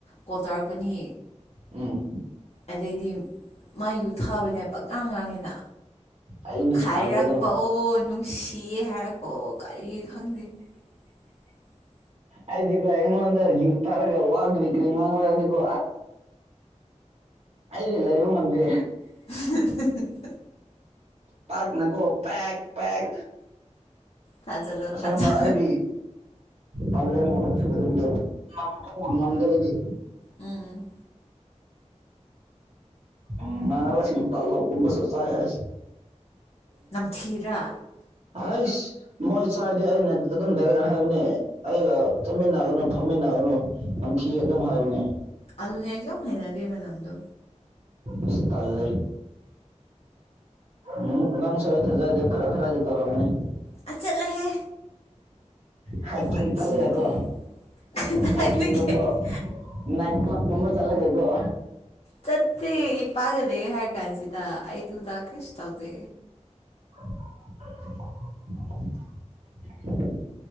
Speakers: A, on the left (about 55°); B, on the right (about 55°).
A: ꯀꯣꯜ ꯇꯧꯔꯛꯀꯅꯤ
B: ꯎꯝ
A: ꯑꯗꯩꯗꯤ ꯃꯥꯏ ꯌꯨ ꯊꯥꯕꯅꯦ ꯄꯛꯉꯥꯡ ꯉꯥꯡꯑꯦꯅ
B: ꯑꯩꯗꯤ
A: ꯈꯥꯏꯔꯛꯄ
B: ꯇꯜꯂꯦꯗꯣ
A: ꯑꯣ ꯅꯨꯡꯁꯤꯌꯦ ꯍꯥꯏꯔꯛꯀꯣ ꯀꯔꯤ ꯈꯪꯗꯦ <inaudible>
B: ꯑꯩꯗꯤꯀꯣ ꯑꯩꯉꯣꯟꯗ ꯌꯨ ꯊꯥꯔꯒ ꯋꯥꯒ꯭ꯒ ꯉꯥꯡ ꯋꯥꯗꯤꯀꯣ ꯑꯩꯗꯤ ꯂꯩꯕ ꯉꯝꯗꯦ
A: <unintelligible>
B: ꯄꯠꯅꯀꯣ ꯄꯦꯛ ꯄꯦꯛ
A: ꯊꯥꯖꯜꯂꯣ
B: ꯑꯁꯥꯏ
A: ꯊꯥꯖꯜꯂꯣ
B: ꯑꯃꯥ ꯑꯩꯗ ꯍꯜꯂꯦ ꯑꯃꯨꯛ ꯉꯁꯤ ꯌꯨꯝꯗ ꯅꯝꯊꯣꯛꯕ ꯉꯝꯗ꯭ꯔꯕꯗꯤ
A: ꯑꯝ
B: ꯏꯃꯟꯅꯕ ꯁꯤꯟ ꯇꯥꯂꯞ ꯒꯨꯝꯕꯁꯨ ꯆꯥꯏꯌꯦ
A: ꯅꯝꯊꯤꯗꯔꯥ
B: ꯍꯁ ꯃꯣꯏ ꯆꯥꯗꯤ ꯑꯩꯅ ꯑꯗꯨꯝ ꯗꯥꯏꯔꯦꯛ ꯍꯥꯏꯕꯅꯦ ꯑꯩꯒ ꯆꯠꯃꯤꯟꯅꯒꯅꯨ ꯐꯝꯃꯤꯟꯅꯒꯅꯨ ꯅꯝꯊꯤ ꯑꯗꯨꯝ ꯍꯥꯏꯕꯅꯦ
A: ꯑꯗꯨꯅꯦ ꯑꯩꯁꯨ ꯌꯥꯝ ꯍꯥꯏꯅꯗꯦ ꯃꯥꯅꯝꯗꯣ
B: ꯑꯁ ꯇꯜꯂꯦ ꯎꯝ ꯅꯪꯁꯨ ꯑꯩ ꯊꯖꯗꯦ ꯈꯔ ꯈꯔꯗꯤ ꯇꯧꯔꯝꯒꯅꯤ
A: ꯑꯥ ꯆꯠꯂꯣꯍꯦ꯫
B: ꯍꯥꯏꯛꯀꯤꯡ
A: ꯋꯥꯊꯤꯗꯤ
B: ꯆꯠꯂꯒꯀꯣ
A: ꯀꯗꯥꯏꯗꯒꯤ
B: ꯍꯥꯏꯀꯤꯡ ꯒꯨꯝꯕ ꯅꯥꯏꯠ ꯀ꯭ꯂꯕ ꯀꯨꯝꯕ ꯆꯠꯂꯒꯀꯣ
A: ꯆꯠꯇꯦ ꯏꯄꯥꯒ ꯂꯩꯏꯌꯦ ꯍꯥꯏꯔ ꯀꯥꯟꯁꯤꯗ ꯑꯩꯗꯨꯗꯥ ꯀꯩꯁꯨ ꯇꯧꯗꯦ
B: <unintelligible>